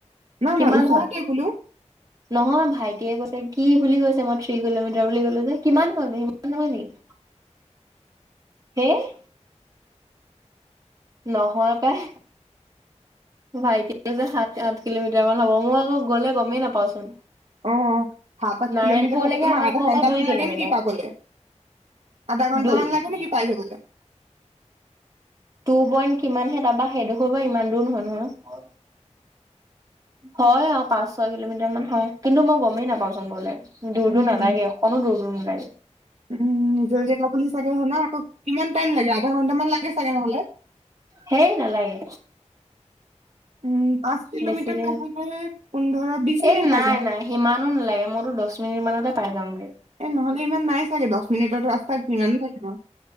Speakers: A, on the right; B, on the right.
A: নাই
B: কিমান
A: নাই ওচৰতে
B: হয়?
A: বোলো
B: নহয় ভাইটিয়ে কৈছে কি বুলি কৈছে, মই থ্ৰী কিলোমিটাৰ বুলি কলোঁ যে কিমান হয় ন, সিমান নহয় নেকি? হে', ! নহয় পাই। ভাইটি যে সাত -আঠ কিলোমিটাৰ মান হ'ব মই আকৌ গ'লে গমেই নাপাওঁচোন।
A: অ সাত আঠ
B: নাৰায়ণপুৰলৈকে
A: কিলোমিটাৰ হলে তোমাৰ
B: আমাৰ
A: আধা
B: ঘৰপৰা
A: ঘন্টামান
B: দুই কিলোমিটাৰ।
A: লাগে নেকি পাবলে আধা ঘন্টামান
B: দুই
A: লাগে নেকি পাই যাবলে
B: টো পইণ্ট কিমানহে তাৰপা সেইডোখৰ পৰা ইমান দূৰ নহয় নহয়। হয় অ পাঁচ ছয় কিলোমিটাৰ মান হয় কিন্তু মই গমেই নাপাওঁচোন গলে। দূৰ
A: উম
B: দূৰ নালাগে অক'নো দূৰ দূৰ নালাগে
A: উম নিজৰ জেগা খুলিচাগে শুনা আকৌ কিমান টাইম লাগে আধা ঘন্টা মানে আধাঘন্টা লাগে চাগে নহ'লে?
B: হেই নেলাগে।
A: উম পাঁচ কিলোমিটাৰ
B: বেছি দিন
A: যাবলে পোন্ধৰ বিশ মিনিট
B: এ নাই
A: লাগে
B: নাই সিমানো নালাগে মইতো দ'চ মিনিট মানতে পাই যামগে।
A: এ নহলে ইমান নাই চাগে দ'চ মিনিটত ৰাস্তাত কিমান থাকিব